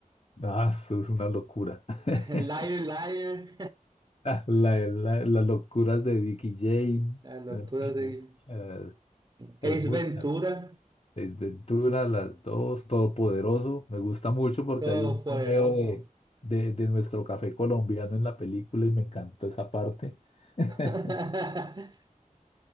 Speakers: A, on the left; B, on the right.
A: Ah, eso es una locura. <laughs>
B: <laughs> Liar Liar,
A: Ah, la- la- las locuras de Dick y Jane.
B: <laughs> las locuras
A: Hay
B: de
A: muchas,
B: Ace
A: hay muchas.
B: Ventura,
A: Ace Ventura, las dos, Todopoderoso. Me gusta mucho porque
B: todo
A: hay un cameo
B: poderoso.
A: de, de, de nuestro café colombiano en la película y me encantó esa parte. <laughs>
B: <laughs>